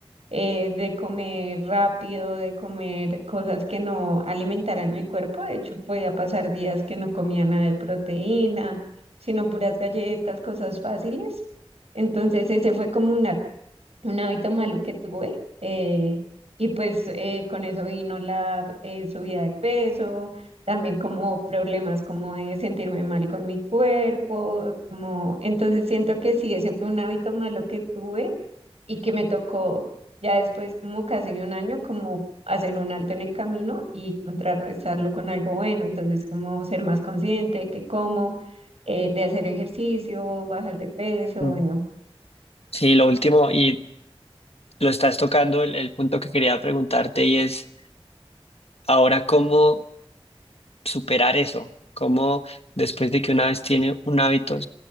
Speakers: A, on the right (about 85°); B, on the left (about 75°).
A: eh, de comer rápido, de comer cosas que no alimentaran mi cuerpo. De hecho, podía pasar días que no comía nada de proteína, sino puras galletas, cosas fáciles. Entonces, ese fue como una, un hábito malo que tuve. eh, y pues eh, con eso vino la eh, subida de peso, también como problemas como de sentirme mal con mi cuerpo, como entonces siento que sí, ese fue un hábito malo que tuve y que me tocó ya después como casi de un año como hacer un alto en el camino y contrarrestarlo con algo bueno, entonces como ser más consciente de qué como, eh, de hacer ejercicio, bajar de peso,
B: Mm.
A: bueno.
B: Sí, lo último, y lo estás tocando, el, el punto que quería preguntarte y es, ahora cómo superar eso? ¿Cómo después de que una vez tiene un hábito,